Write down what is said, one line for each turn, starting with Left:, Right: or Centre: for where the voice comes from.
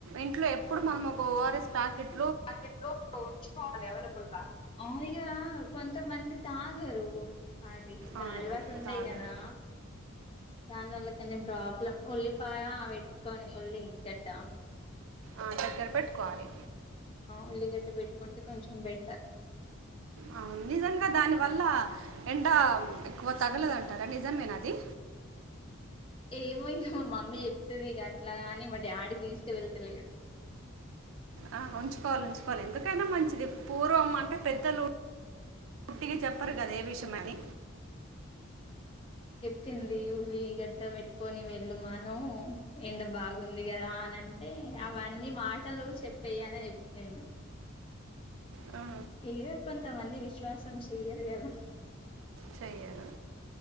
Right: ఇంట్లో ఎప్పుడు మనం ఒక ఓఆర్ఎస్ ప్యాకెట్
Left: పాకెట్ లో ఉంచుకోవాలి అవైలబుల్ గ కొ కొంత మంది తాగరు అది ఇక
Right: అవును
Left: అలవాటు ఉంటాయి
Right: తాగరు
Left: కదా దానివల్ల కొంచెం ప్రాబ్లమ్ ఓల్లీ పాయ పెట్టుకొని ఉల్లి గడ్డ
Right: ఆ దగ్గర పెట్టుకోవాలి
Left: ఉల్లిగడ్డ పెట్టుకుంటే కొంచెం బెటర్
Right: అవును నిజంగ దాని వల్ల ఎండ ఎక్కువ తగలదుంటారా నిజ నా అది
Left: ఏమో ఇంక మా మమ్మీ చెప్తది ఇక అట్లాగాని మా డాడీ తీసి వెళ్ళ తెలిడం
Right: ఆ ఉంచుకోవాలి ఉంచుకోవాలి ఎందుకైన మంచిది పూర్వం అంటే పెద్దలు ఉట్టుగ చెప్పరు కద ఏ విషయమని
Left: పింది ఉల్లి గడ్డ పెట్టుకొని వెళ్ళుమను ఎండ బాగా గుంది కదా అని అంటే అవన్నీ మాటలు చెప్పేయి అని చెప్పిండు
Right: ఆ
Left: ఇగ కొంతమంది విశ్వాసం చెయ్యరు ఎద
Right: చేయరు